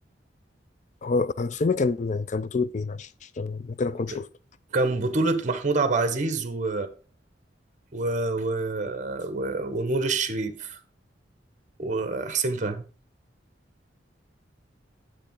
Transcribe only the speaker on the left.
هو الفيلم كان كان بطولة مين عشان ممكن اكون شفته